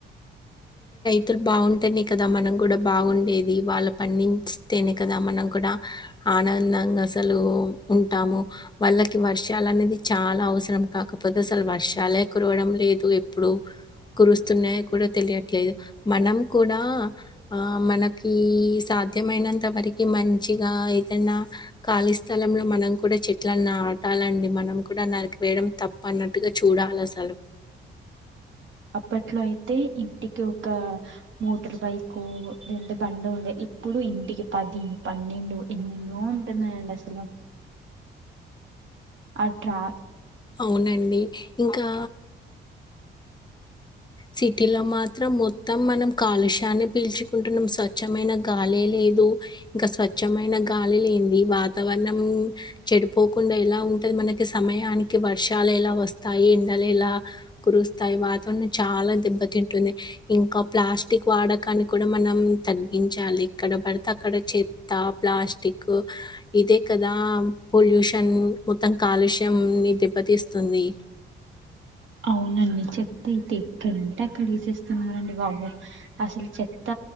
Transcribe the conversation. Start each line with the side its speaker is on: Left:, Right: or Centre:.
Left: తనూ బాగుంటేనే కదా మనం కూడా బాగుండేది వాళ్ళు పండిస్తేనే కదా మనం కూడా ఆనందంగా అసలు ఉంటాము వాళ్ళకి వర్షాలు అనేది చాలా అవసరం కాకపోతే అసలు వర్షాలే కురవడం లేదు ఎప్పుడు కురుస్తున్నాయో కూడా తెలియట్లేదు మనం కూడా ఆ మనకి స సాధ్యమైనంత వరకి మంచిగా ఏదన్నా ఖాళీ స్థలంలో మనం కూడా చెట్లని న్నా టాలండి మనం కూడా నరికి వేయడం తప్పు అన్నట్టుగా చూడాలి అసలు
Right: ఇప్పట్లో అయితే ఇంటికి ఒక మోటార్ బైక్ లేదంటే బండి ఉండే ఇప్పుడు ఇంటికి పది పన్నెండు ఎన్నెన్నో ఉంటున్నాయండి అసలు అట్లా
Left: అవునండి ఇంకా సిటీ లో మాత్రం మొత్తం మనం కాలుష్యాన్నే పీల్చుకుంటున్నాం స్వచ్ఛమైన గాలే లే దు ఇంక స్వచ్ఛమైన గాలి లేంది వాతావరణం చెడిపోకుండా ఎలా ఉంట మనకి సమయానికి వర్షాలు ఎలా వస్తాయి ఎండలు ఎలా కురుస్తాయి వాతావరణం చాలా దెబ్బతింటుంది ఇంకా ప్లాస్టిక్ వాడకాన్ని కూడా మనం తగ్గించాలి ఇక్కడ ఎక్కడ పడితే అక్కడ చెత్త ప్లాస్టిక్ ఇదే కదా పొల్యూషన్ మొత్తం కాలుష్యం <unintelligible> తిస్తుంది
Right: అవునండి చెత్త అయితే ఎక్కడంటే అక్కడ ఏసేస్తున్నారండి బాబు అసలు చెత్త